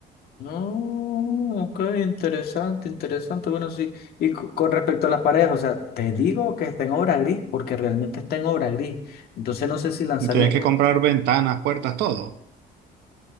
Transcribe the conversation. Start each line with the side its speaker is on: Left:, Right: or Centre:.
Left: Oh, ok, interesante, interesante. Bueno, sí, y co- con respecto a las paredes, o sea, te digo que está en obra gris porque realmente está en obra gris. Entonces no sé si lanzarle
Right: Y tienes que
Left: o-
Right: comprar ventanas, puertas, todo.